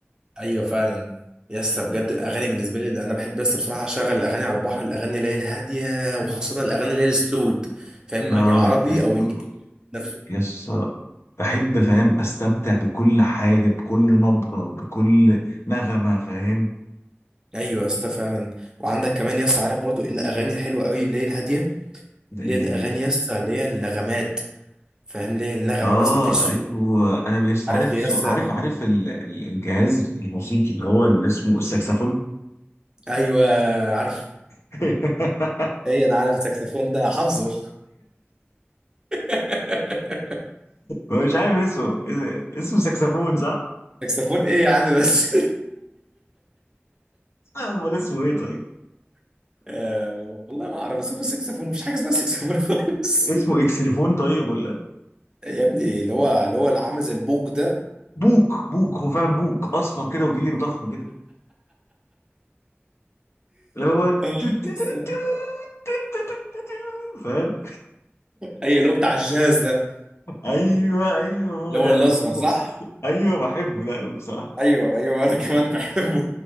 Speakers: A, on the right; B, on the left.
A: ايوه فعلا يا اسطى بجد الاغاني بالنسبه لي اللي انا بحب يا اسطى بصراحه اشغل الاغاني على البحر الاغاني اللي هي الهاديه وخاصه
B: <laughs>
A: الاغاني اللي هي السلود فاهم
B: اه
A: يعني عربي
B: ايوه
A: او انجليزي نفسه
B: يس بحب فاهم استمتع بكل حاجه بكل نبره بكل نغمه فاهم
A: ايوه يا اسطى فعلا وعندك كمان يا اسطى عارف برضو ايه الاغاني الحلوه قوي اللي هي الهاديه
B: ده إيه.
A: اللي هي الاغاني يا اسطى اللي هي النغمات فاهم ليه النغمه
B: اه
A: بس مفيش
B: ايوه
A: صوت
B: انا بس عارف
A: عارف يا
B: سو-
A: اسطى
B: عارف
A: كان
B: عارف ال- ال- الجهاز الموسيقي اللي هو اللي اسمه الساكسفون
A: ايوه عارف
B: <laughs>
A: ايه انا عارف الساكسفون ده حافظه <laughs>
B: مش عارف اسمه إيه ده؟ اسمه ساكسفون
A: ساكسفون ايه يا عم بس
B: لا، امال اسمه ايه طيب
A: <laughs> آه والله ما اعرف بس هو الساكسفون مفيش حاجه اسمها ساكسفون خالص
B: اسمه اكسليفون طيب ولا
A: <laughs> يا ابني اللي هو اللي هو اللي عامل زي البوق ده
B: بوك بوك هو فعلا بوك اصفر كده وكبير ضخم كده اللي هو
A: آه،
B: تو- تو-
A: بس
B: تو- تو-
A: آه.
B: تو- تو- تو- فاهم
A: اي اللي هو بتاع الجاز ده
B: ايوه ايوه هو
A: اللي
B: ده
A: هو الاصفر
B: انا بحبه
A: صح
B: <laughs> ايوه بحبه ده قوي بصراحه
A: ايوه ايوه انا كمان بحبه